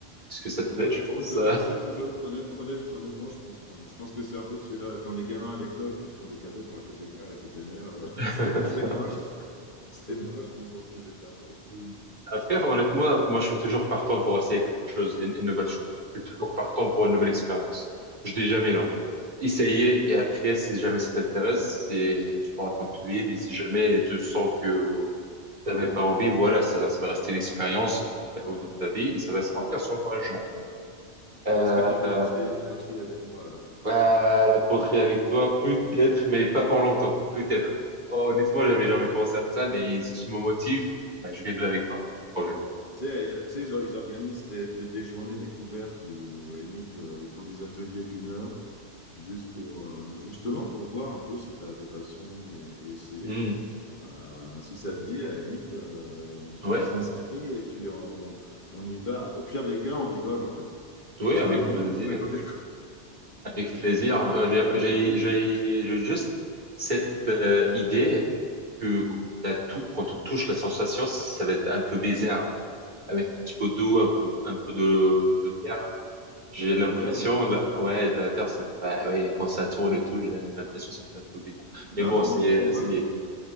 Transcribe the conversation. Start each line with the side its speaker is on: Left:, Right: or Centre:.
Right: parce que ça te
Left: Ouais,
Right: plaît, je
Left: je,
Right: pense.
Left: je, je- je- honnête- honnête- honnêtement, je pense pas. Je pense que c'est un peu tu sais, comme les gamins à l'école qui font des cadeaux pour la fête des pères, la fête des mères. <laughs>
Right: <laughs>
Left: C'est c'est moche. C'est moche, mais bon, tu les gardes.
Right: Mm. Après, honnêtement, moi, je suis toujours partant pour essayer quelque chose, une, une nouvelle chose. Je suis toujours partant pour une nouvelle expérience. Je dis jamais non. Essayer et après, si jamais ça t'intéresse, c'est, tu pourras continuer, mais si jamais tu sens que tu n'avais pas envie, voilà, ça, ça va rester une expérience que tu as
Left: Ah ouais.
Right: eue dans ta vie et ça va servir sur un jour. Euh,
Left: Mais est-ce que tu as envie
Right: euh,
Left: d'essayer la poterie avec moi alors?
Right: bah, la poterie avec toi, peut-être, mais pas pour longtemps, peut-être. Honnêtement, j'avais jamais pensé à ça, mais si tu me motives, je viendrai avec toi. Problème.
Left: Tu sais, euh, tu sais, ils or- ils organisent des, des, des journées découvertes où, à la limite, euh, ils font des ateliers d'une heure, juste pour, euh, justement pour voir un peu si tu as des passions et, et essayer.
Right: Hmm.
Left: Euh, si ça te dit, à la limite, euh, on,
Right: Ouais,
Left: on s'inscrit et puis on, on y va. Au pire des cas, on rigole, en fait. Ce
Right: ouais,
Left: sera
Right: avec
Left: un moment
Right: plaisir.
Left: pour rigoler.
Right: Avec plaisir. Euh, J'ai j'ai- j'ai- j'ai juste cette euh, idée que la tou- quand on touche la sensation, ça va être un peu bizarre, avec un petit peu d'eau, un peu, un peu de, de terre. J'ai
Left: Pas
Right: l'impression,
Left: la Terre, en fait.
Right: là, ouais, de la terre, ça me fait, ah ouais, quand ça tourne et tout, j'ai l'impression que ça fait un peu bizarre. Mais
Left: Non,
Right: bon,
Left: mais on-
Right: c'est,
Left: pour moi,
Right: c'est,
Left: je,